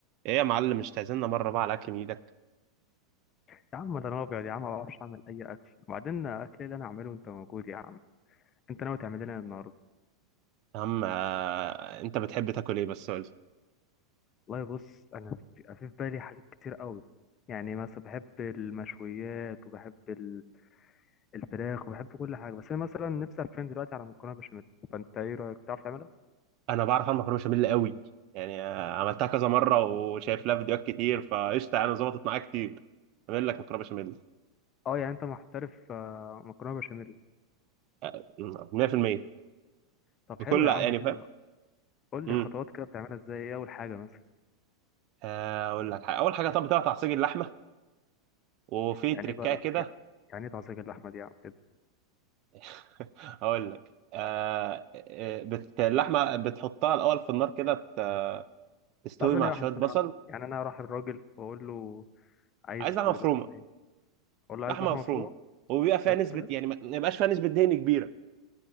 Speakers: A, on the right (about 40°); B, on the left (about 30°).
A: ايه يا معلم مش تعزمنا مره بقى على اكل من ايدك
B: يا عم ده انا ابيض يا عم ما بعرفش اعمل اي اكل وبعدين اكل إيه اللي انا اعمله وانت موجود يا عم انت ناوي تعمل لنا النهارده
A: يا عم آه، انت بتحب تاكل ايه بس قول لي.
B: والله بص انا في في في بالي حاجات كتير قوي يعني مثلا بحب المشويات وبحب ال- الفراخ وبحب كل حاجه بس انا مثلا نفسي افهم دلوقتي على مكرونه بشاميل فانت ايه رايك بتعرف تعملها
A: انا بعرف اعمل مكرونه بشاميل قوي يعني آه، عملتها كذا مره وشايف لها فيديوهات كتير فقشطه انا ظبطت معايا كتير اعمل لك مكرونه بشاميل
B: اه يعني انت محترف آه، مكرونه بشاميل
A: آه، 100%
B: طب
A: بكل
B: حلو يا
A: يعني
B: عم كده
A: فاهم
B: قول
A: امم
B: لي خطوات كده بتعملها ازاي ايه اول حاجه مثلا
A: آه، اقول لك حاجه اول حاجه طب بتقطع تعصيج اللحمه وفي
B: يعني
A: تركايه
B: ايه بقى لا،
A: كده
B: يعني ايه تعصيك اللحمه دي يا عم
A: <laughs> اقول لك آه آه، بت... اللحمه بتحطها الاول في النار كده ت- تستوي
B: لا ثانية
A: مع
B: واحدة
A: شويه بصل
B: ثانية واحدة يعني أنا أروح الراجل وأقول له عايز
A: عايز لحمه
B: لحمة
A: مفرومه
B: إيه؟ أقول له عايز
A: لحمه
B: لحمة
A: مفرومه
B: مفرومة
A: وبيبقى فيها
B: بس
A: نسبه
B: كده
A: يعني ما ما يبقاش فيها نسبه دهن كبيره